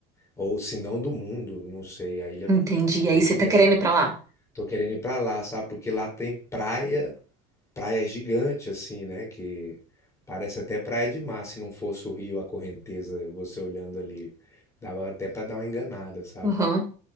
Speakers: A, on the left; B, on the right.
A: Ou se não do mundo, não sei. A ilha
B: entendi.
A: é,
B: Aí
A: é gigante.
B: você tá querendo ir pra lá?
A: Tô querendo ir pra lá, sabe? Porque lá tem praia, praia gigante, assim, né? Que parece até praia de mar. Se não fosse o rio, a correnteza, você olhando ali, dava até pra dar uma enganada, sabe?
B: Aham,